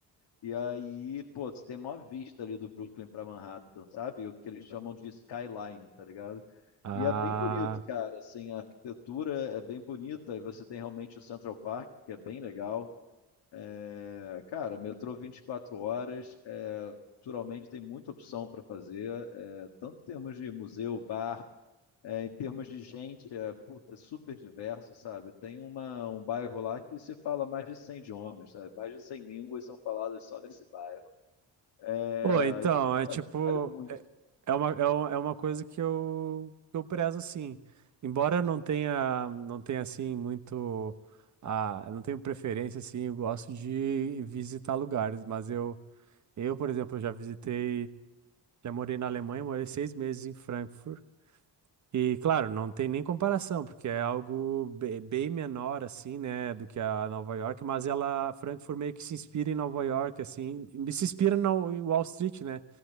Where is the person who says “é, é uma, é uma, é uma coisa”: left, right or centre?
Right